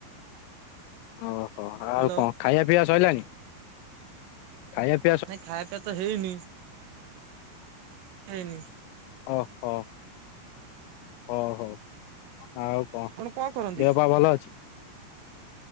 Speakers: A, on the left; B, on the right.
A: ଓହୋ ଆଉ
B: ହ୍ୟାଲୋ
A: କଣ ଖାଇବା, ପିଇବା ସଇଲାଣି? ଖାଇଏପ୍‌।
B: ନାଇଁ, ଖାଇବା, ପିଇବା ତ ହେଇନି। ହେଇନି।
A: ଓହୋ ହଉ ହଉ। ଆଉ କଣ,
B: ଆପଣ କରନ୍ତି
A: ଦେହପା ଭଲ ଅଛି?